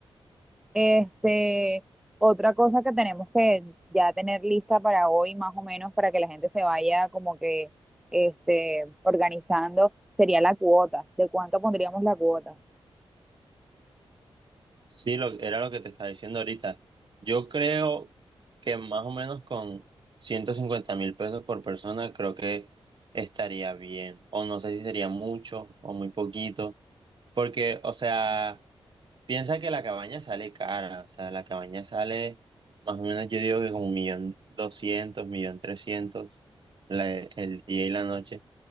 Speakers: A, in the centre; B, on the right.
A: Este, otra cosa que tenemos que ya tener lista para hoy, más o menos, para que la gente se vaya como que este, organizando, sería la cuota. ¿De cuánto pondríamos la cuota?
B: Sí, lo, era lo que te estaba diciendo ahorita. Yo creo que más o menos con ciento cincuenta mil pesos por persona creo que estaría bien. O no sé si sería mucho o muy poquito. Porque, o sea, piensa que la cabaña sale cara, o sea, la cabaña sale más o menos, yo digo que como un millón doscientos, millón trescientos la- el día y la noche,